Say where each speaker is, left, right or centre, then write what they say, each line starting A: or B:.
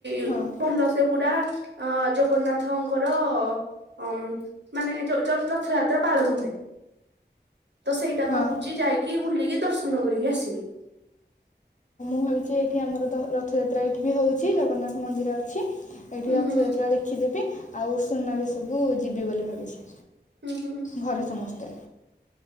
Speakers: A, on the right (about 80°); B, on the left (about 45°).
A: ଉଁ
B: ହଁ
A: ଭଲ ସେ ପୁରା ଅଁ ଜଗନ୍ନାଥଙ୍କର ଅଁ ଉଁ ମାନେ ଯୋଉ ଯୋଉ ରଥଯାତ୍ରା ପାଳନ ହୁଏ। ତ ସେଇଟା
B: ହଁ
A: ଭାବୁଚି ଯାଇକି ବୁଲିକି ଦର୍ଶନ କରିକି ଆସିବି।
B: ମୁଁ ଭାବିଛି ଏଇଠି ଆମର ତ ରଥଯାତ୍ରା ଏଇଠି ବି ହଉଚି ଜଗନ୍ନାଥ ମନ୍ଦିର ଅଛି। ଏଇଠି
A: ଉଁ
B: ରଥଯାତ୍ରା
A: ହୁଁ
B: ଦେଖିଦେବି ଆଉ ସୁନାବେଶକୁ ଯିବି ବୋଲି ଭାବିଛି।
A: ଉୁଁ ହୁଁଁ।
B: ଘରେ ସମସ୍ତେ